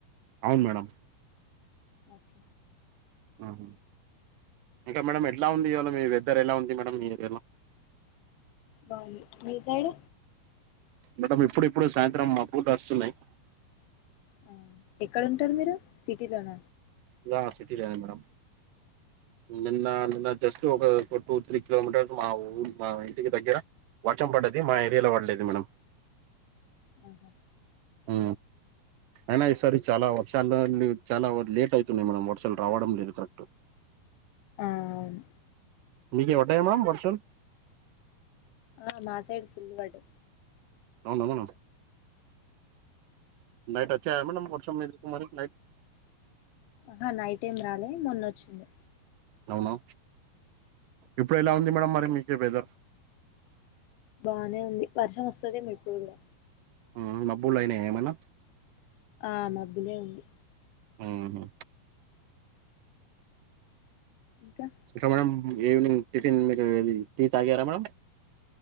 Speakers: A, on the right (about 75°); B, on the left (about 80°).
A: అవును మేడం
B: ఓకే
A: ఆహా ఇంకా మేడం ఎట్లా ఉంది ఇవాళ మీ వెద్దర్ ఎలా ఉంది మేడం మీ ఏరియాల
B: బావుంది మీ సైడ్
A: మేడం ఇప్పుడు ఇప్పుడె సాయంత్రం మబ్బులు వస్తున్నాయ్
B: ఆ ఎక్కడ ఉంటారు మీరు సిటీ లోన
A: లా సిటిలనే మేడం నిన్న నిన్న జస్ట్ ఒక ఒక టూ త్రీ కిలోమీటర్స్ మా ఊరు మా ఇంటికి దగ్గర వర్షం పడది మా ఏరియాలో పడలేదు మేడం
B: ఆహా
A: ఆ అయినా ఈసారి చాలా వర్షాల ను చాలా లేట్ అవుతున్నాయి మేడం వర్షాలు రావడం లేదు కరెక్ట్
B: ఆవున్
A: మీకేయి పడ్డయా మ్యామ్ వర్షాలు.
B: ఆ మాసైడ్ ఫుల్లు పడ్డయి.
A: అవునా మేడం. నైటోచ్చాయా మ్యాడమ్ వర్షం మీకు మరి నైట్.
B: ఆహా నైటేం రాలే మొన్న వచ్చుండే.
A: అవునా, ఇప్పుడు ఎలా ఉంది మేడం మరి మీకేయి వెదర్.
B: బానే ఉంది వర్షం వస్తదేమో ఇప్పుడు కూడా.
A: ఆ మబ్బులైనయా ఎమన్నా.
B: ఆ మబ్బులే ఉంది.
A: ఆహా
B: ఇంకా.
A: ఇంకా మేడం ఈవినింగ్ టిఫిన్ మీకు ఇది టీ తాగారా మేడం.